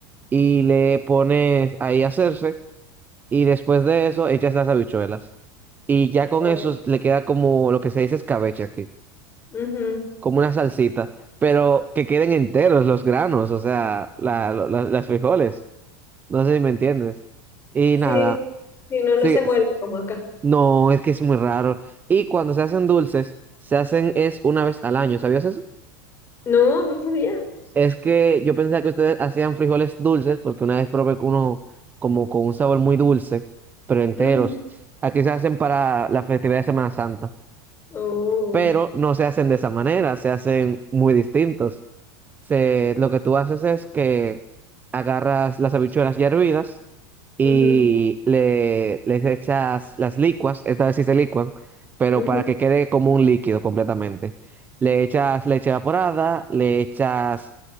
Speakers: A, on the right; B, on the left.
A: y le pones ahí a hacerse. Y después de eso echas las habichuelas. Y ya con
B: Oh.
A: eso le queda como lo que se dice escabeche aquí,
B: Ujú.
A: como una salsita, pero que queden enteros los granos, o sea, la, lo- lo- las frijoles. No sé si me entiendes. Y
B: Sí,
A: nada,
B: sí, no,
A: sí,
B: no se muele
A: sí,
B: como acá.
A: No, es que es muy raro. Y cuando se hacen dulces, se hacen es una vez al año, ¿sabías eso?
B: No, no sabía.
A: Es que yo pensaba que ustedes hacían frijoles dulces, porque una vez probé con uno como con un sabor muy dulce, pero enteros.
B: Ujú.
A: Aquí se hacen para la festividad de Semana Santa,
B: Oh.
A: pero no se hacen de esa manera, se hacen muy distintos. Se, lo que tú haces es que agarras las habichuelas ya hervidas y
B: Ujú,
A: le, les echas las licuas, esta vez sí se licuan, pero
B: ujú.
A: para que quede como un líquido completamente. Le echas leche evaporada, le echas...